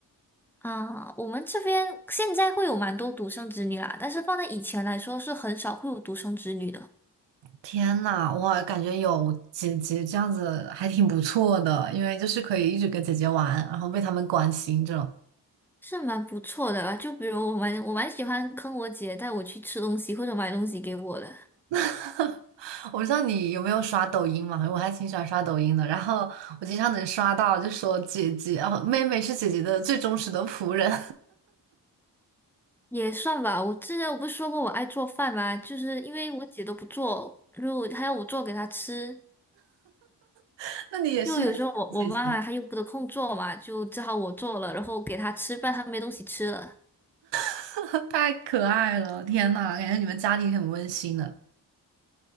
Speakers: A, in the centre; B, on the right (about 80°).
A: <laughs> 啊。我们这边现在会有蛮多独生子女啦，但是放在以前来说，是很少会有独生子女的，
B: 天呐，我感觉有姐姐这样子还挺不错的，因为就是可以一直跟姐姐玩，然后被他们关心这种。
A: 是蛮不错的吧？就比如我蛮我蛮喜欢坑我姐带我去吃东西或者买东西给我的，
B: <laughs> 我不知道你有没有刷抖音嘛，我还挺喜欢刷抖音的，然后我经常能刷到就说姐姐哦，妹妹是姐姐的最忠实的仆人。
A: 也算吧。我之前我不是说过我爱做饭吗？就是因为我姐都不做，如果她要我做给她吃。
B: <laughs> 那你也是很
A: 就有时候我我妈妈她又不得空做嘛，
B: <laughs> 喜欢姐姐，
A: 就只好我做了，然后给她吃，饭，她没东西吃了。
B: <laughs> 太可爱了，天呐，感觉你们家庭很温馨的。